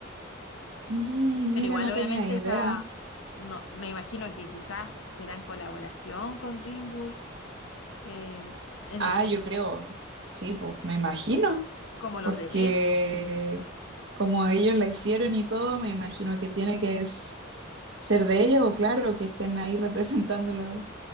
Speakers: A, on the right; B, on the left.
A: Mm,
B: Pero
A: mira,
B: igual,
A: no
B: obviamente,
A: tenía idea.
B: esa, no, me imagino que quizás será en colaboración con DreamWorks, eh, en
A: Ah,
B: ese,
A: yo creo, sí, pues me imagino.
B: como los
A: porque
B: derechos.
A: como ellos la hicieron y todo, me imagino que tiene que s- ser de ellos o claro, que estén ahí <laughs> representando lo-